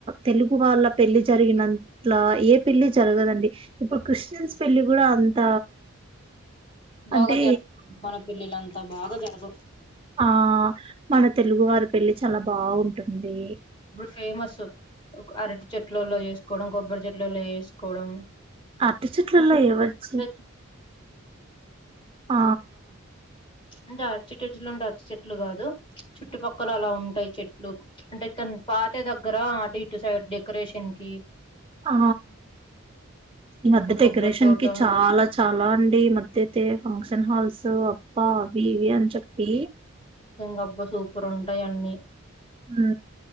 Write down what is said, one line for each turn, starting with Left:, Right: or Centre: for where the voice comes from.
Right: తెలుగు వాళ్ళ పెళ్లి జరిగినట్లా ఏ పెళ్లి జరగదండి ఇప్పుడు క్రిస్టియన్స్ పెళ్లి కూడా అంత
Left: బాగా
Right: అంటే
Left: జర్ మన పెల్లి లాం త బాగా జరగవు
Right: ఆ మన తెలుగు వారి పెళ్లి చాలా బాగుంటుంది
Left: ఇప్పుడు ఫేమస్ అరటి చెట్లల్లో చేసుకోవడం కొబ్బరి చెట్లల్లో చేసుకోవడం
Right: అరటి చెట్లలో ఎవరు చె
Left: చే-
Right: ఆ
Left: అంటే అర్చిటజ లోంటే అచ్చి చెట్లు కాదు చుట్టుపక్కల అలా ఉంటాయి చెట్లు అంటే త పాతే దగ్గర అటు ఇటు సైడ్ డెకరేషన్ కి
Right: ఆ ఈ మధ్య
Left: ఇంకా కొబ్బరి
Right: డెకరేషన్
Left: తోట
Right: కి చాలా చాలా అండి ఈ మధ్య అయితే ఫంక్షన్ హాల్స్ తొ అప్పా అవి ఇవి అంత చెప్పి
Left: గబ్బా సూపర్ ఉంటాయి అన్నీ
Right: ఉ